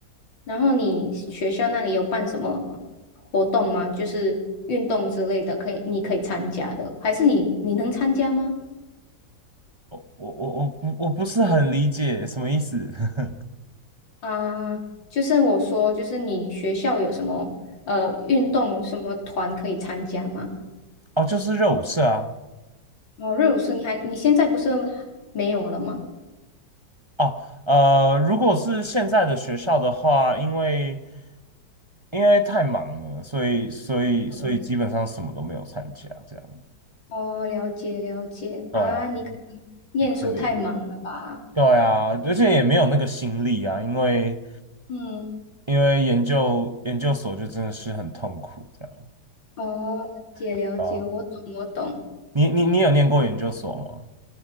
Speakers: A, on the left (about 80°); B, on the right (about 35°).
A: 然后你学校那里有办什么活动吗？就是运动之类的，可以你可以参加的，还是你你能参加吗？
B: 我我我我不我不是很理解什么意思。<laughs>
A: 啊、就是我说，就是你学校有什么呃运动什么团可以参加吗？
B: 哦，就是热舞社啊。
A: 哦，热舞社你还你现在不是没有了吗？
B: 哦，呃，如果是现在的学校的话，因为因为太忙了，所以所以所以基本上什么都没有参加，
A: 嗯，
B: 这样。
A: 哦，了解了解啊，
B: 对啊，
A: 你可能念书太忙了吧？
B: 很可怜。对啊，而且也没有那个心力啊，因为
A: 嗯，
B: 因为研究研究所就真的是很痛苦这样。
A: 哦，了解了解，
B: 对啊，
A: 我懂我懂。
B: 你你你有念过研究所吗？